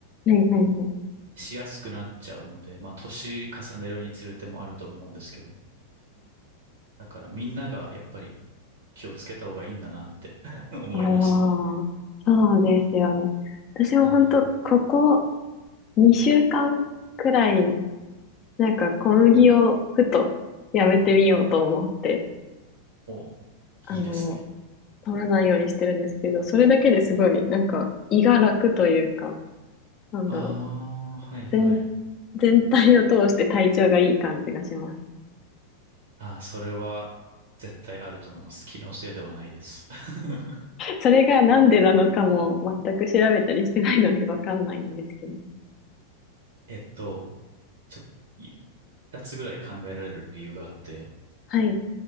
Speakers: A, on the left (about 35°); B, on the right (about 60°).
A: いはいはい。
B: しやすくなっちゃうので、まあ年重ねるにつれてもあると思うんですけど、だからみんながやっぱり気をつけた方がいいんだなって <laughs> 思いましたね。
A: ああ、そうですよね。私も本当ここ
B: はい。
A: 2週間くらい、なんか小麦をふとやめてみようと思って、
B: おお、
A: あの、
B: いいですね。
A: 取らないようにしてるんですけど、それだけですごい、なんか胃が楽というか、なんだろ
B: ああ、はいはい。
A: う、全、全体を通して体調がいい感じがします。
B: ああ、それは絶対あると思います。気のせいではないです。<laughs>
A: それがなんでなのかも全く調べたりしてないのでわかんないんですけど。
B: えっと、ちょ、い二つぐらい考えられる理由があって、
A: はい、